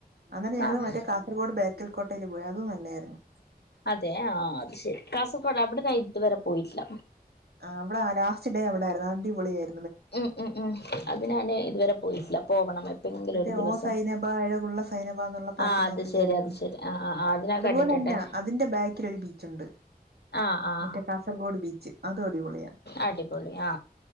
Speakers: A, on the right; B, on the left.
A: അങ്ങനെ ഞങ്ങള്
B: ആഹ്
A: മറ്റേ കാസർഗോഡ് ബേക്കൽ കോട്ടൽ പോയി അതും നല്ലയായിരുന്നു
B: അതെ ആ അത് ശരി. കാസർഗോഡ് അവിടെ ഞാൻ ഇതുവരെ പോയിട്ടില്ല.
A: ആ അമ്മളെ ലാസ്റ്റ് ഡേ അവിടെ ആരുന്നു. അടിപൊളി ആയിരു
B: ഉം ഉം ഉം അത് ഞാന് ഇതുവരെ പോയിട്ടില്ല പോവണം എപ്പെങ്കിലും
A: മറ്റേ
B: ഒരു ദിവസം
A: ഓ സൈനബ അഴകുള്ള സൈനബ എന്നുള്ള പാട്ട്
B: ആഹ്
A: <unintelligible>
B: അത് ശരി അത് ശരി ആഹ് ആഹ് ആഹ് അത് ഞാൻ
A: അതുപോലെന്നെ
B: കണ്ടിട്ടുണ്ട്
A: പിന്നെ അതിന്റെ ബാക്കിൽ ഒരു ബീച്ച ഉണ്ട്
B: ആഹ് ആഹ്
A: മറ്റേ കാസർഗോഡ് ബീച്ച് അതും അടിപൊളിയാ
B: അടിപൊളി ആ.